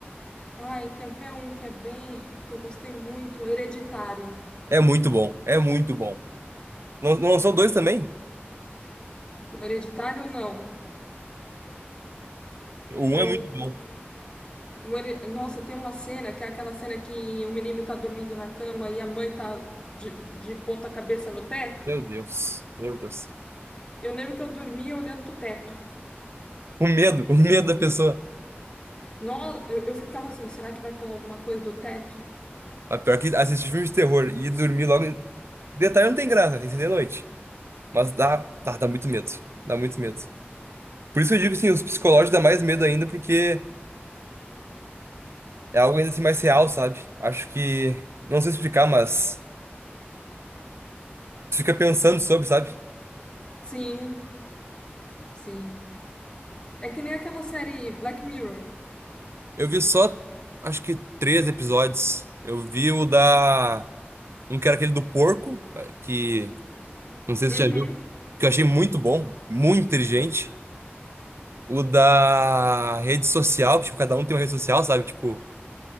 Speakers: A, on the left (about 25°); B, on the right (about 85°).
A: Ai, quer ver um que é bem, que eu gostei muito? O Hereditário.
B: É muito bom. É muito bom. Lan- Não lançou dois também?
A: O Hereditário, não.
B: O um
A: O,
B: é muito bom.
A: o Here- Nossa, tem uma cena que é aquela cena que o menino tá dormindo na cama e a mãe tá de, de ponta cabeça no teto.
B: Meu Deus. Meu Deus.
A: Eu lembro que eu dormia olhando pro teto.
B: O medo, o medo da pessoa.
A: Não, eu, eu ficava assim, será que vai pular alguma coisa do teto?
B: A pior que assistir filme de terror e dormir logo. Detalhe não tem graça, tem que ser de noite. Mas dá, dá, dá muito medo. Dá muito medo. Por isso que eu digo assim, os psicológicos dá mais medo ainda, porque é algo ainda assim mais real, sabe? Acho que. Não sei explicar, mas. Você fica pensando sobre, sabe?
A: Sim, sim. É que nem aquela série Black Mirror.
B: Eu vi só, acho que três episódios. Eu vi o da. Um que era aquele do porco, eh, que. Não sei
A: Uhum.
B: se você já viu. Que eu achei muito bom, muito inteligente. O da rede social, que, tipo, cada um tem uma rede social, sabe? Tipo,